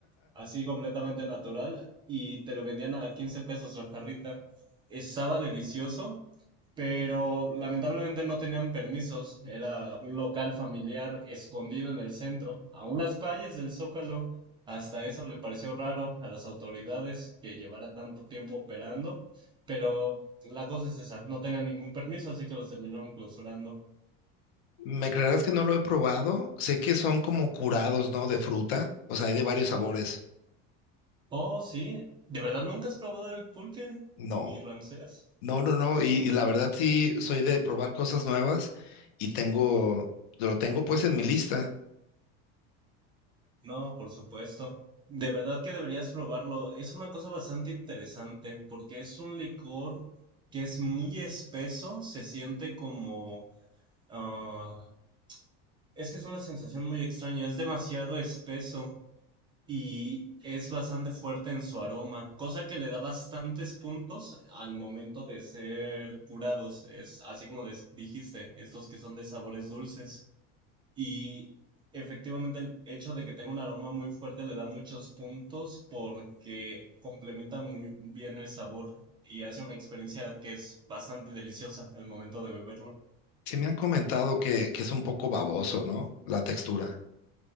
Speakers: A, on the right; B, on the left.
A: así completamente natural, y te lo vendían a 15 pesos la jarrita. Estaba delicioso, pero lamentablemente no tenían permisos. Era un local familiar escondido en el centro, a unas calles del Zócalo. Hasta eso le pareció raro a las autoridades que llevara tanto tiempo operando, pero la cosa es esa, no tenían ningún permiso, así que los terminaron clausurando.
B: ¿Me creerás que no lo he probado? Sé que son como curados, ¿no? De fruta, o sea, hay de varios sabores.
A: Oh, sí, ¿de verdad nunca has probado el pulque,
B: No.
A: mi Ramsés?
B: No, no, no, y, y la verdad sí soy de probar cosas nuevas y tengo, lo tengo pues en mi lista.
A: No, por supuesto. De verdad que deberías probarlo. Es una cosa bastante interesante porque es un licor que es muy espeso, se siente como... ah, es que es una sensación muy extraña, es demasiado espeso y es bastante fuerte en su aroma, cosa que le da bastantes puntos al momento de ser curados. Es así como des- dijiste, estos que son de sabores dulces. Y efectivamente el hecho de que tenga un aroma muy fuerte le da muchos puntos porque complementa muy bien el sabor y hace una experiencia que es bastante deliciosa al momento de beberlo.
B: Sí me han comentado que, que es un poco baboso, ¿no? La textura.